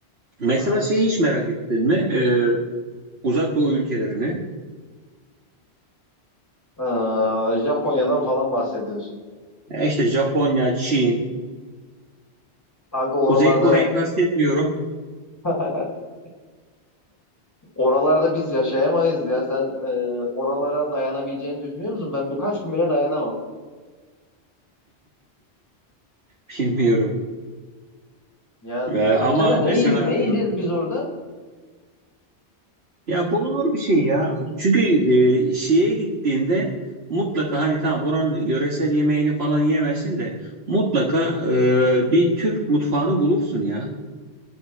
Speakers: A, on the right (about 70°); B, on the left (about 15°).
A: Mesela
B: Evet.
A: şeyi hiç merak ettin mi? Ee, Uzak Doğu ülkelerini.
B: Ee, Japonya'dan falan bahsediyorsun.
A: Ya İşte Japonya, Çin,
B: Abi oralarda
A: Kuzey Kore'yi kastetmiyorum.
B: <laughs> Oralarda biz yaşayamayız ya. Sen e, oralara dayanabileceğini düşünüyor musun? Ben birkaç gün bile dayanamam.
A: <laughs> Bilmiyorum.
B: Yani
A: Ee,
B: düşünsene
A: ama mesela
B: ne, yiye- ne yiyeceğiz biz orada?
A: e, ya bulunur bir şey ya. Çünkü e, şeye gittiğinde mutlaka hani tamam oranın yöresel yemeğini falan yemesin de mutlaka e, bir Türk mutfağını bulursun ya.